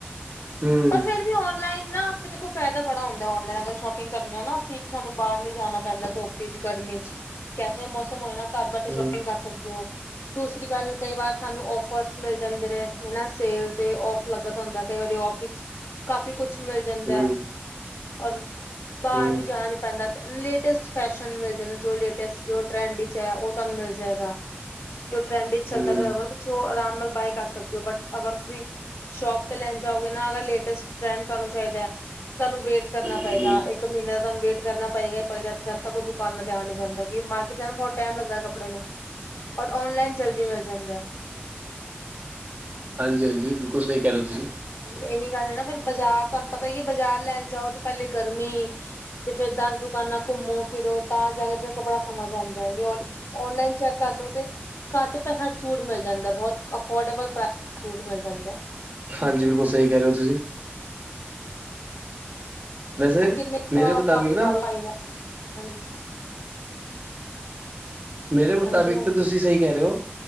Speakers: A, on the right; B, on the left.
A: ਹਮ
B: ਪਰ ਫਿਰ ਵੀ ਔਨਲਾਈਨ ਨਾ ਫ ਦੇਖੋ ਫਾਇਦਾ ਬੜਾ ਹੁੰਦਾ ਔਨਲਾਈਨ ਅਗਰ ਸ਼ੋਪਿੰਗ ਕਰਨੀ ਆ ਨਾ ਅਸੀਂ ਸਾਨੂੰ ਬਾਹਰ ਨੀ ਜਾਣਾ ਪੈਂਦਾ ਧੁੱਪ ਚ ਗਰਮੀ ਚ ਕੈਸਾ ਮੌਸਮ ਹੋਏ ਨਾ ਘਰ ਬੈਠੇ
A: ਹਮ
B: ਸ਼ੋਪਿੰਗ ਕਰ ਸਕਦੇ ਓ ਦੂਸਰੀ ਗੱਲ ਕਈ ਵਾਰ ਸਾਨੂੰ ਓਫਰਸ ਮਿਲ ਜਾਂਦੇ ਨੇ ਹਨਾ ਸੇਲ ਤੇ ਓਫ ਲੱਗਾ ਦਾ ਹੁੰਦਾ ਕਈ ਵਾਰੀ ਆਫ ਵਿਚ ਕਾਫੀ ਕੁਛ ਮਿਲ ਜਾਂਦਾ
A: ਹਮ
B: ਹੈ ਔਰ ਬਾਹਰ
A: ਹਮ
B: ਵੀ ਜਾਣ ਨ ਪੈਂਦਾ ਲੇਟੈਸਟ ਫੈਸ਼ਨ ਮਿਲ ਜਾਂਦਾ ਜੋ ਲੇਟੈਸਟ ਜੋ ਟਰੈਂਡ ਵਿੱਚ ਹੈ ਉਹ ਤੁਹਾਨੂੰ ਮਿਲ ਏਗਾ ਜੋ ਟਰੈਂਡ ਵਿੱਚ
A: ਹਮ
B: ਚੱਲਦਾ ਪਿਆ ਹੋਏਗਾ ਤੁਸੀਂ ਉਹ ਆਰਾਮ ਨਾਲ ਬਾਏ ਕਰ ਸਕਦੇ ਹੋ ਬਟ ਅਗਰ ਤੁਸੀਂ ਸ਼ੋਪ ਤੇ ਲੈਣ ਜਾਓਗੇ ਨਾ ਅਗਰ ਲੇਟਸਟ ਟੈ੍ਡਂ ਤੁਹਾਨੂੰ ਚਾਹੀਦਾ ਸਾਨੂੰ ਵੇਟ ਕਰਨਾ
A: ਹਮ
B: ਪਏਗਾ ਇਕ ਮਹੀਨੇ ਦਾ ਤੁਹਾਨੂੰ ਵੇਟ ਕਰਨਾ ਪਏਗਾ ਹੀ ਪਏਗਾ ਜਦ ਤਕ ਉਹ ਦੁਕਾਨਾਂ ਤੇ ਆ ਨਹੀ ਜਾਂਦਾ ਕਿ ਮਾਰਕੀਟ ਜਾਣ ਬਹੁਤ ਟਾਈਮ ਲੱਗਦਾ ਕੱਪੜੇ ਨੂੰ ਔਰ ਆਨਲਾਈਨ ਜਲਦੀ
A: ਹਾਂਜੀ
B: ਮਿਲ ਜਾਂਦਾ
A: ਹਾਂਜੀ ਹਾਂਜੀ ਬਿਲਕੁਲ ਸਹੀ ਕਹਿ ਰਹੇ ਹੋ ਤੁਸੀਂ
B: ਇਹੀ ਗੱਲ ਹੈ ਨਾ ਫਿਰ ਬਾਜ਼ਾਰ ਤੁਹਾਨੂੰ ਪਤਾ ਈ ਆ ਬਾਜ਼ਾਰ ਲੈਣ ਜਾਓ ਤੇ ਪਹਿਲੇ ਗਰਮੀ ਤੇ ਫਿਰ ਦੱਸ ਦੁਕਾਨਾਂ ਘੁੰਮੋ ਫਿਰੋ ਤਾਂ ਜਾ ਕੇ ਕੱਪੜਾ ਸਮਝ ਆਉਂਦਾ ਓਨਲਾਈਨ ਚੈੱਕ ਕਰ ਲਓ ਤੇ ਘਦ ਪੈਸਿਆਂ ਚ ਸੂਟ ਮਿਲ ਜਾਂਦਾ ਬਹੁਤ ਅਫੋਰਡੇਬਲ ਪ੍ਰਾਈਸ ਵਿੱਚ ਸੂਟ ਮਿਲ ਜਾਂਦਾ
A: ਹਾਂਜੀ ਬਿਲਕੁਲ ਸਹੀ ਕਹਿ ਰਹੇ ਹੋ ਤੁਸੀਂ ਵੈਸੇ
B: ਕਿੰਨੇ
A: ਮੇਰੇ ਮੁਤਾਬਿਕ
B: ਪਾਤਲ
A: ਨਾ
B: ਪਾਗਲ ਆਏ ਨੇ ਹਾਂਜੀ
A: ਮੇਰੇ ਮੁਤਾਬਿਕ
B: ਹਾਂਜੀ ਹਾਂਜੀ
A: ਤਾਂ ਤੁਸੀਂ ਸਹੀ ਕਹਿ ਰਹੇ ਹੋ